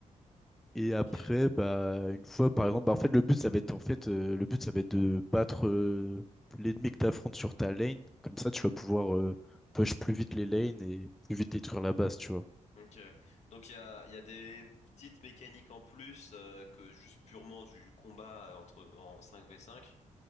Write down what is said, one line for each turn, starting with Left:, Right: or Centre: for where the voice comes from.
Centre: Et
Left: Ok.
Centre: après, bah, une fois, par exemple, bah, en fait, le but, ça va être, en fait, euh, le but, ça va être de battre euh, l'ennemi que t'affrontes sur ta lane. Comme ça, tu vas pouvoir euh, push plus vite les lanes et plus vite détruire la base, tu vois.
Left: Ok. Donc il y a, il y a des petites mécaniques en plus euh, que juste purement du combat euh, entre en cinq v cinq,